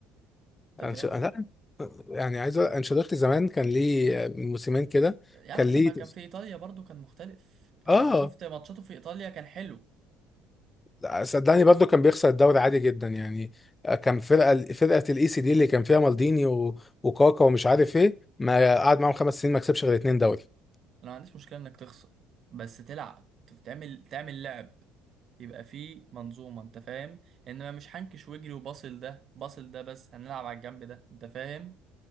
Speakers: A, on the left; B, on the right.
A: يعني
B: انت فاهم؟
A: لا يعني عايز أ- انشيلوتي زمان كان ليه من موسمين كده
B: يا
A: كان
B: عم
A: ليه
B: لما كان في ايطاليا برضه كان مختلف
A: اه
B: انا شفت ماتشاته في ايطاليا كان حلو
A: لا، صدقني برضو كان بيخسر الدوري عادي جدا يعني آه، كان فرقه فرقه الاي سي دي اللي كان فيها مالديني و... وكاكا ومش عارف ايه ما
B: مم.
A: قعد معاهم خمس سنين ما كسبش غير اتنين دوري
B: انا ما عنديش مشكلة انك تخسر بس تلعب تعمل تعمل لعب يبقى في منظومة انت فاهم انما مش هنكش واجري وباصل ده باصل ده بس هنلعب على الجنب ده انت فاهم